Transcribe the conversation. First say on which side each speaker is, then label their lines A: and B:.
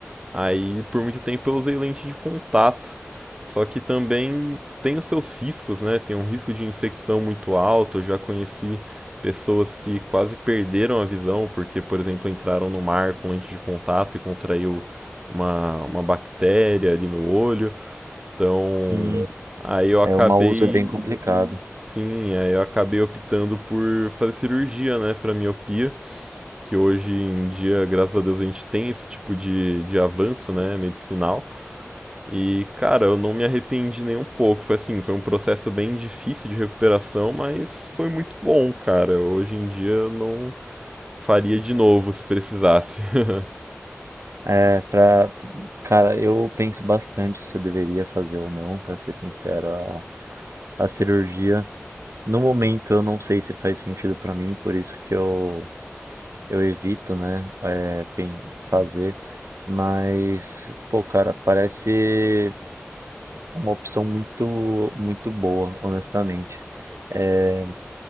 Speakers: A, on the right; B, on the right.
A: Aí por muito tempo eu usei lente de contato, só que também tem os seus riscos, né? Tem um risco de infecção muito alto. Eu já conheci pessoas que quase perderam a visão porque, por exemplo, entraram no mar com lente de contato e contraiu uma, uma bactéria ali no olho. Então,
B: Sim,
A: aí eu acabei,
B: É, o mau uso é bem complicado.
A: sim, aí eu acabei optando por fazer cirurgia, né, para miopia, que hoje em dia, graças a Deus, a gente tem esse tipo de, de avanço, né, medicinal. E, cara, eu não me arrependi nem um pouco. Foi assim, foi um processo bem difícil de recuperação, mas foi muito bom, cara. Hoje em dia eu não faria de novo se precisasse. <laughs>
B: É, pra, cara, eu penso bastante se eu deveria fazer ou não, pra ser sincero, a, a cirurgia. No momento eu não sei se faz sentido pra mim, por isso que eu eu evito, né, é, pen- fazer, mas, pô, cara, parece uma opção muito, muito boa, honestamente. É,